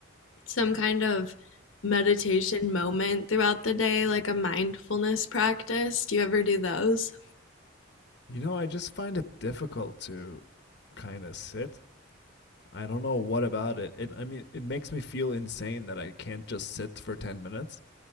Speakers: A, on the left (about 80°); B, on the left (about 55°).
A: some kind of meditation moment throughout the day, like a mindfulness practice. Do you ever do those?
B: You know, I just find it difficult to kind of sit. I don't know what about it. It I mean, it makes me feel insane that I can't just sit for 10 minutes,